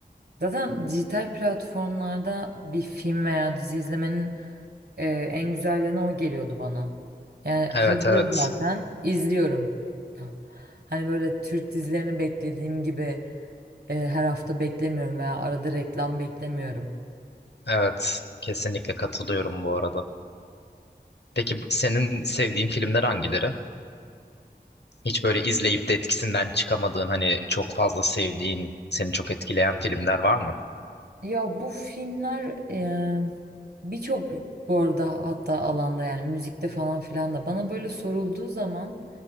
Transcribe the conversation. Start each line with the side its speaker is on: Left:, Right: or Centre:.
Right: Zaten dijital platformlarda bir film veya dizi izlemenin e, en güzel yanı o geliyordu bana. Yani hazır
Left: Evet evet.
Right: zaten izliyorum. <laughs> Hani böyle Türk dizilerini beklediğim gibi e, her hafta beklemiyorum veya arada reklam beklemiyorum.
Left: Evet. Kesinlikle katılıyorum bu arada. Peki bu- senin sevdiğin filmler hangileri? Hiç böyle izleyip de etkisinden çıkamadığın hani çok fazla sevdiğin, seni çok etkileyen filmler var mı?
Right: Ya bu filmler e, birçok bu arada hatta alanda yani müzikte falan filan da bana böyle sorulduğu zaman